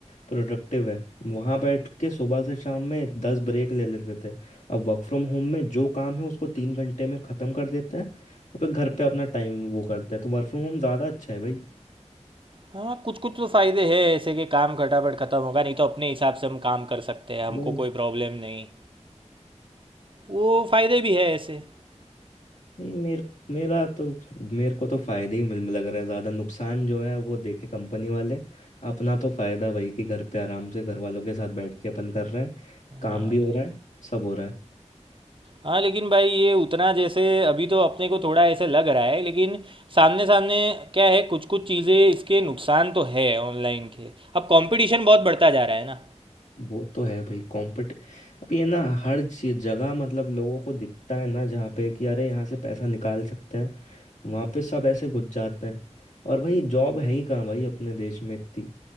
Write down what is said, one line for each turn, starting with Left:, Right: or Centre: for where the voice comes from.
Left: प्रोडक्टिव है वहाँ बैठ के सुबह से शाम में दस ब्रेक ले लेते थे अब वर्क फ्रॉम होम में जो काम है उसको तीन घंटे में ख़त्म कर देते हैं और फिर घर पे अपना टाइम वो करते हैं तो वर्क फ्रॉम होम ज़्यादा अच्छा है भाई
Right: हाँ कुछ कुछ तो फ़ायदे हैं ऐसे कि काम खटापट ख़त्म होगा नहीं तो अपने हिसाब से हम काम कर सकते हैं हमको
Left: वही
Right: कोई प्रॉब्लम नहीं वो फ़ायदे भी है ऐसे
Left: नहीं मेरे मेरा तो मेरे को तो फायदे ही मिल लग रहा है ज़्यादा नुकसान जो है वो देखे कंपनी वाले अपना तो फायदा भाई कि घर पे आराम से घर वालों के साथ बैठ के अपन कर रहे हैं
Right: हाँ
Left: काम भी हो
Right: भाई
Left: रहा है सब हो रहा है
Right: हाँ लेकिन भाई ये उतना जैसे अभी तो अपने को थोड़ा ऐसे लग रहा है लेकिन सामने सामने क्या है कुछ कुछ चीज़ें इसके नुकसान तो है ऑनलाइन के अब कंपटीशन बहुत बढ़ता जा रहा है ना
Left: वो तो है भाई कॉम्पिट अब ये ना हर चीज जगह मतलब लोगों को दिखता है ना जहाँ पे कि अरे यहाँ से पैसा निकाल सकते हैं वहाँ पे सब ऐसे घुस जाते हैं और भाई जॉब है ही कहाँ भाई अपने देश में इतनी